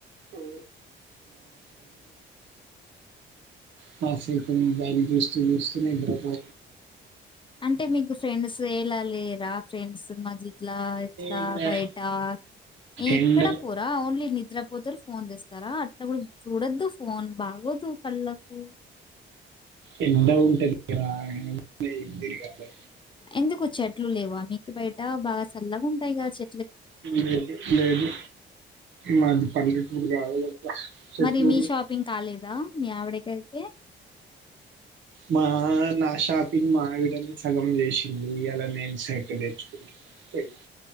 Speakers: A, on the right (about 70°); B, on the left (about 25°).
A: <unintelligible> కాసేపు మొబైల్ చూస్తూ చూస్తూ నిద్రపో
B: అంటే మీకు ఫ్రెండ్స్ ఎలా లేరా ఫ్రెండ్స్ మసీద్ లా ఇట్లా
A: ఇక
B: బయట న
A: ఎండ
B: ఎక్కడా పోరా ఓన్లీ నిద్రపోతురు ఫోన్ చేస్తారా అట్ప్పుడు చూడొద్దు ఫోన్ బాగు దు పల్లపు
A: ఎండ ఉంటంది ఇక్కడ <unintelligible> తిరగాలే
B: ఎందుకు చెట్లు లేవా మీకు బయట బాగా సల్లగా ఉంటాయి కదా చే
A: లేదు లేవు మాది పల్లెటూరు కాదు చెట్లు
B: మరి మీ
A: ఉండేకి
B: షాపింగ్ కాలేదా? మీ ఆవిడకి ఐతే
A: మా నాషాపింగ్ మావిడనే సగం చేయ ఇయాల నేను షర్ట్ చెంచుకున్న పోయి